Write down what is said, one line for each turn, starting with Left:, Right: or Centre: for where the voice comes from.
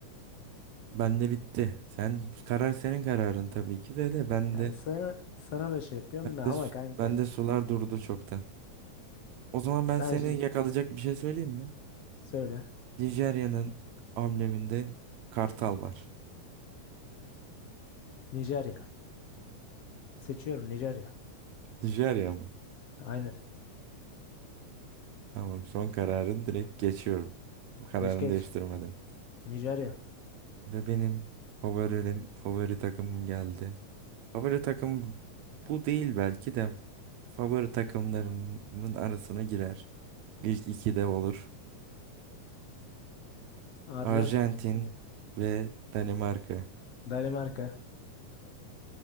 Right: Ben de bitti. Sen karar senin kararın tabii ki de de ben
Left: Yani
Right: de
Left: sana sana da şey yapıyorum da
Right: de
Left: ama kanka
Right: ben de sular durdu çoktan. O zaman
Left: <laughs> sen
Right: ben seni
Left: şi-
Right: yakalayacak bir şey söyleyeyim mi?
Left: söyle.
Right: Nijerya'nın ambleminde kartal var.
Left: Nijerya. Seçiyorum Nijerya.
Right: Nijerya mı?
Left: Aynen.
Right: Tamam, son kararın direkt geçiyorum. Bu kararını
Left: Geç geç.
Right: değiştirmeden.
Left: Nijerya.
Right: Ve benim favorim favori takımım geldi. Favori takım bu değil belki de favori takımlarımın arasına girer. İlk iki de olur.
Left: Arjantin
Right: Arjantin
Left: mi? Kim ya?
Right: ve Danimarka.
Left: <laughs> Danimarka.